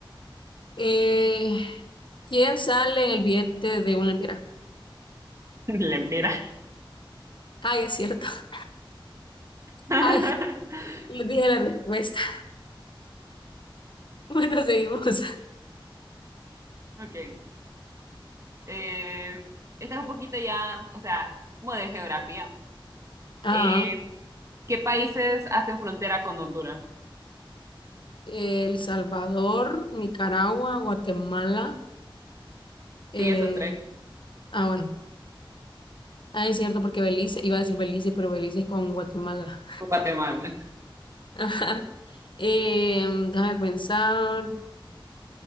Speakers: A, on the left (about 65°); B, on the right (about 35°).
A: Eh, ¿quién sale en el billete de una lempira?
B: <laughs> Lempira.
A: Ay, es cierto. <laughs>
B: <laughs>
A: Ay, le dije la respuesta. <laughs> Bueno, seguimos.
B: Ok. Eh, esta es un poquito ya, o sea, como de geografía.
A: Ajá.
B: Eh, ¿Qué países hacen frontera con Honduras?
A: El Salvador, Nicaragua, Guatemala. eh,
B: Sí, esos tres.
A: ah, bueno. Ah, es cierto, porque Belice, iba a decir Belice, pero Belice es con Guatemala.
B: Guatemala.
A: <laughs> Ajá. Eh, déjame pensar.